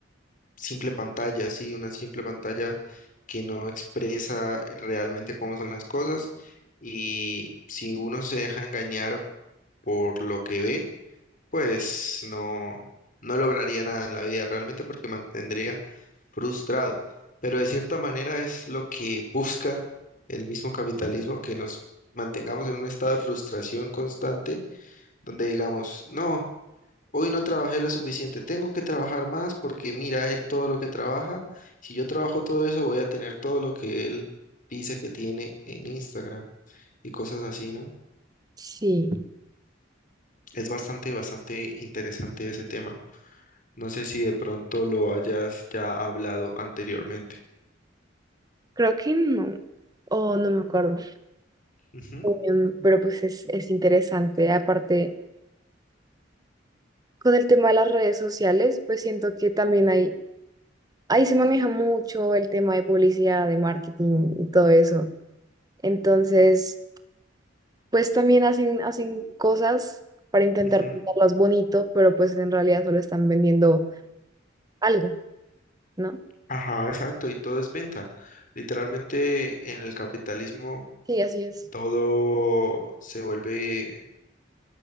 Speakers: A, on the left; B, on the right.
A: simple pantalla, sí, una simple pantalla que no expresa realmente cómo son las cosas y si uno se deja engañar por lo que ve, pues no, no lograría nada en la vida realmente porque mantendría frustrado. Pero de cierta manera es lo que <laughs> busca el mismo capitalismo, que nos mantengamos en un estado de frustración constante donde digamos, no. Hoy no trabajé lo suficiente, tengo que trabajar más porque mira él todo lo que trabaja. Si yo trabajo todo eso, voy a tener todo lo que él dice que tiene en Instagram y cosas así, ¿no?
B: Sí.
A: Es bastante, bastante interesante ese tema. No sé si de pronto lo hayas ya hablado anteriormente.
B: Creo que no, o no me acuerdo,
A: Ujú,
B: Em, pero pues es, es interesante. Aparte, con el tema de las redes sociales, pues siento que también hay, ahí se maneja mucho el tema de publicidad, de marketing y todo eso. Entonces, pues también hacen, hacen cosas para intentar
A: ujú.
B: pintarlas bonito, pero pues en realidad solo están vendiendo algo, ¿no?
A: Ajá, exacto, y todo es venta. Literalmente en el capitalismo
B: Sí, así es.
A: todo se vuelve